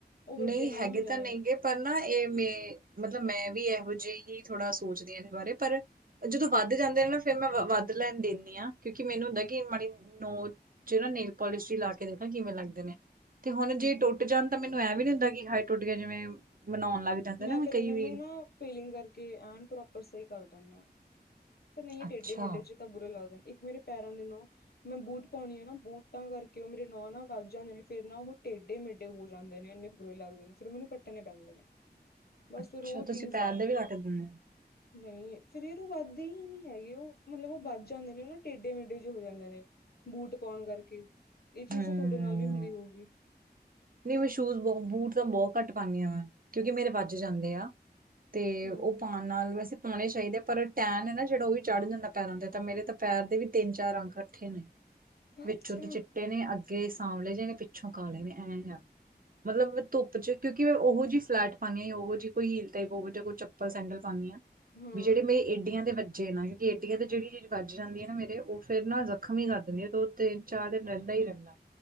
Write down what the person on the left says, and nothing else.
ਉਹ ਵੱਡੇ
ਨੌ
ਹੁੰਦੇ
ਨੇ
ਹੂੰ
ਮੈਂ
ਫਿਰ
ਇਹਨਾਂ
ਨੂੰ ਨਾ ਫੀਲਿੰਗ ਕਰਕੇ ਐਨ ਪ੍ਰੋਪਰ ਸਹੀ ਕਰ ਦੇਨੀ ਆ। ਫੇਰ ਨਹੀਂ
ਟੇਡੇ ਮੇਡੇ ਜੇ ਤਾਂ ਬੁਰੇ ਲੱਗਦੇ ਨੇ, ਇੱਕ ਮੇਰੇ ਪੈਰਾਂ ਦੇ ਨੋ ਮੈਂ ਬੂਟ ਪਾਉਣੀ ਆ ਨਾ ਬੂਟਾਂ ਕਰਕੇ ਉਹ ਮੇਰੇ ਨੋਹ ਨਾ ਵੱਧ ਜਾਂਦੇ ਨੇ ਫੇਰ ਨਾ ਉਹ ਟੇਢੇ ਮੇਢੇ ਹੋ ਜਾਂਦੇ ਨੇ ਇੰਨੇ ਬੁਰੇ ਲੱਗਦੇ ਨੇ, ਫਿਰ ਮੈਨੂੰ ਪੱਟਣੇ ਪੈਂਦੇ ਨੇ ਬਸ
ਫਿਰ ਉਹ ਚੀਜ਼
ਆ
ਨਹੀਂ ਫਿਰ ਇਹਨੂੰ ਵੱਧ ਦੇ ਹੀ ਨਹੀਂ ਹੈਗੇ ਉਹ ਮਤਲਬ ਉਹ ਵੱਧ ਜਾਂਦੇ ਨੇ ਉਹ ਨਾ ਟੇਡੇ ਮੇਡੇ ਜ ਹੋ ਜਾਂਦੇ ਨੇ ਬੂਟ ਪਾਉਣ ਕਰਕੇ ਇਹ ਚੀਜ਼
ਤਾਂ ਤੁਹਾਡੇ ਨਾਲ ਵੀ ਹੁੰਦੀ ਹੋਊਗੀ।
ਹੂੰ
ਅੱਛਾ
ਹਾਂ